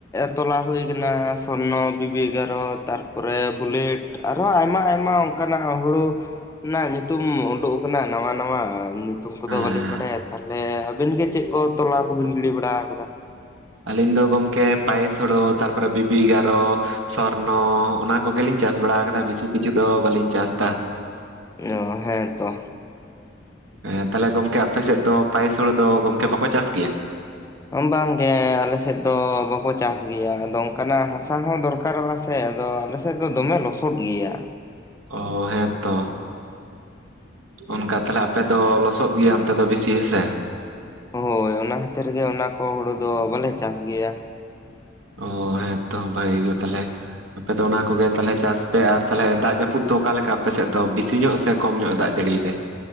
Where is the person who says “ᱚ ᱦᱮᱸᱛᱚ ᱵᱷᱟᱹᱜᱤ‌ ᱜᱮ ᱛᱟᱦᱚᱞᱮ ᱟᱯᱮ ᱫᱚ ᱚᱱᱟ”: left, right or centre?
Right